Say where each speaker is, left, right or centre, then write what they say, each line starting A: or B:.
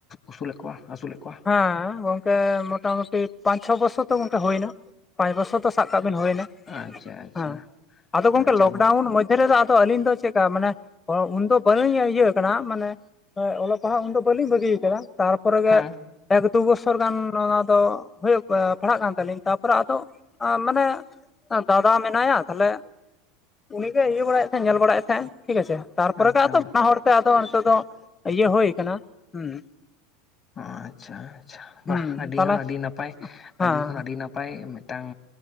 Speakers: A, on the left; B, on the left.
A: ᱟᱹᱥᱩᱞᱮᱫ ᱠᱚᱣᱟ ᱟᱹᱥᱩᱞᱮᱫ ᱠᱚᱣᱟ᱾
B: ᱦᱮᱸ ᱜᱚᱝᱠᱮ ᱢᱚᱴᱟ ᱢᱩᱴᱤ ᱯᱟᱸᱪ ᱪᱷᱚ ᱵᱚᱪᱷᱚᱨ ᱛᱚ ᱜᱚᱝᱠᱮ ᱦᱩᱭ ᱱᱟ᱾ ᱯᱟᱸᱪ ᱵᱚᱪᱷᱚᱨ ᱛᱚ ᱥᱟᱵ ᱠᱟᱜ ᱵᱤᱱ ᱦᱩᱭᱱᱟ,
A: ᱟᱪᱪᱷᱟ ᱟᱪᱪᱷᱟ
B: ᱦᱮᱸ ᱟᱫᱚ ᱜᱚᱝᱠᱮ
A: ᱟᱪᱪᱷᱟ
B: ᱞᱚᱠᱰᱟᱣᱩᱱ
A: ᱜᱚ
B: ᱢᱚᱫᱷ ᱫᱮ ᱨᱮᱫᱚ ᱟᱫᱚ ᱟᱹᱞᱤᱧ ᱫᱚ ᱪᱮᱫᱠᱟ ᱢᱟᱱᱮ ᱩᱱᱫᱚ ᱵᱟᱹᱞᱤᱧ ᱤᱭᱟᱹ ᱠᱟᱱᱟ ᱢᱟᱱᱮ ᱦᱚᱭ ᱚᱞᱚᱜ ᱯᱟᱲᱦᱟᱜ ᱩᱱᱫᱚ ᱵᱟᱹᱞᱤᱧ ᱵᱟᱹᱜᱤᱭᱟ ᱟᱠᱟᱫᱟ ᱛᱟᱨᱯᱚᱨᱮ ᱜᱮ
A: ᱦᱮᱸ
B: ᱮᱠ ᱫᱩ ᱵᱚᱪᱷᱚᱨ ᱜᱟᱱ ᱚᱱᱟ ᱫᱚ ᱦᱩᱭᱩᱜ ᱯᱟᱲᱦᱟᱜ ᱠᱟᱱ ᱛᱟᱹᱟᱞᱤᱧ ᱛᱟᱯᱚ ᱨᱮ ᱟᱫᱚ ᱢᱟᱱᱮ ᱫᱟᱫᱟ ᱢᱮᱱᱟᱭᱟ ᱛᱟᱦᱞᱮ᱾ ᱩᱱᱤᱜᱮ ᱤᱭᱟᱹ ᱵᱟᱲᱟᱭᱮᱫ ᱮ ᱛᱟᱦᱮᱸᱫ ᱧᱮᱞ ᱵᱟᱲᱟᱭᱮᱫ ᱛᱟᱦᱮᱸᱫ ᱴᱷᱤᱠ ᱜᱟᱪᱷᱮ᱾ ᱛᱟᱨᱯᱚ
A: ᱟᱪᱪᱷᱟ
B: ᱨᱮ ᱟᱫᱚ
A: ᱢᱟ
B: ᱵᱟᱱᱟ ᱦᱚᱲ ᱛᱮ ᱟᱫᱚ ᱱᱤᱛᱚᱜ ᱫᱚ ᱤᱭᱟᱹ ᱦᱩ ᱟᱠᱟᱱᱟ ᱦᱩᱸ᱾
A: ᱚ ᱟᱪᱪᱷᱟ ᱟᱪᱪᱷᱟ
B: ᱦᱩᱸ
A: ᱵ ᱟᱹᱰᱤ
B: ᱛᱟᱦᱚᱞᱮ
A: ᱠᱷᱚᱱ ᱟᱹᱰᱤ ᱱᱟᱯᱟᱭ
B: ᱦᱮᱸ
A: ᱟᱹᱰᱤ ᱠᱷᱚᱱ ᱟᱹᱰᱤ ᱱᱟᱯᱟᱭ᱾ ᱱᱟᱯᱟᱭ ᱢᱤᱫᱴᱟᱝ